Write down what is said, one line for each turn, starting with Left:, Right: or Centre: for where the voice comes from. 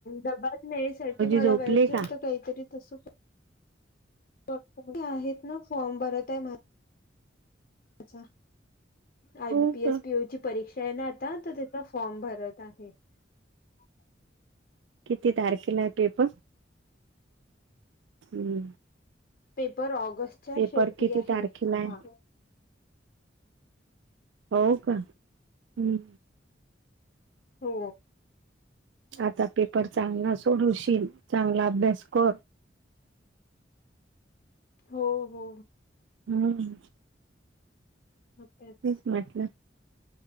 Left: बाात मियसाठी मला
Right: झोपले
Left: पाहिजे होतं
Right: का?
Left: काहीतरी तस फाॅ कूठे आहेत ना फॉर्म भरत आहे मा अच्छा आय
Right: हो
Left: बी पीएस
Right: का?
Left: पीओ परीक्षा आहे ना आता तर त्याचा फॉर्म भरत आहे. <inaudible>
Right: किती तारखेला आहे पेपर हम्म
Left: पेपर ऑगस्ट च्या
Right: पेपर
Left: शेवटी
Right: किती
Left: आहे.
Right: तारखेला आहे?
Left: हा
Right: हो का हम्म
Left: हो
Right: आता पेपर चांगला सोडूवशील चांगला अभ्यास कर.
Left: हो हो
Right: हम्म
Left: अभ्यास
Right: तेच म्हटलं.